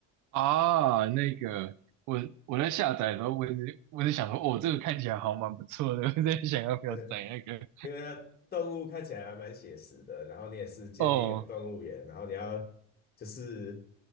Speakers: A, on the right (about 65°); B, on the left (about 30°).
A: 啊，那个我我在下载的时候，我也是我是想说，哦，这个看起来好蛮不错的，我在想要不要载那个。
B: 对。因为呢，动物看起来还蛮写实的，然后你也是建立一个动物园，
A: <laughs> 哦，
B: 然后你要就是